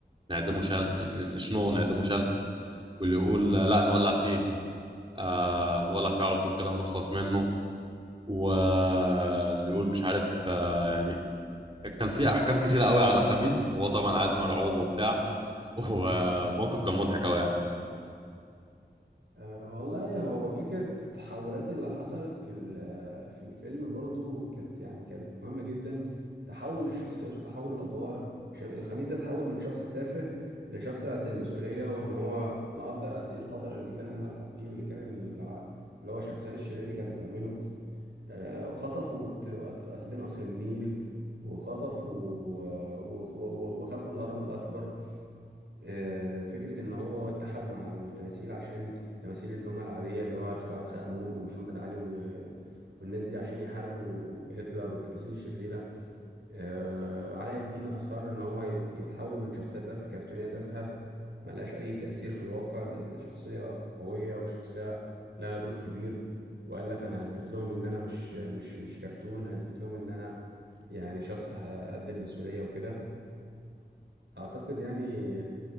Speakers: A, on the right; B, on the right.
A: نعدمه شن نشنوه نعدمه شن واللي يقول آه، لا نولع فيه آه نولع فيه على طول كده ونخلص منه واللي يقول مش عارف آه، يعني كان في احكام كتيره قوي على خميس وهو طبعا قاعد مرعوب وبتاع <laughs> وموقف كان مضحك قوي يعني
B: أه والله هو فكرة التحولات اللي حصلت في ال- آه، في الفيلم برضو كانت يعني كانت مهمة جدا تحول الشخصيات وتحول الأدوار ش- خميس ده تحول من شخص تافه لشخص قد المسؤولية وإن هو مقدر قد إيه الخطر اللي كان المتحف فيه واللي كان الع- اللي هو الشخصيات الشريرة دي كانت هتعمله أه وخطفوا ت- أس- أسدين قصر النيل وخطفوا آه، و- و- و- وخافوا الهرم الأكبر آه، فكرة إن هو اتحد مع التماثيل عشان التماثيل اللي هم العادية اللي هو توت عنخ آمون ومحمد علي و... والناس دي عشان يحاربوا هتلر والتماثيل الشريرة آه، علاء الدين أصر إن هو ي- يتحول من شخصية تافهة كرتونية تافهة ملهاش أي تأثير في الواقع لشخصية قوية وشخصية لها دور كبير وقال لك أنا هثبت لهم إن أنا مش مش مش كرتون هثبت لهم إن أنا يعني شخص قد المسؤولية وكده أعتقد يعني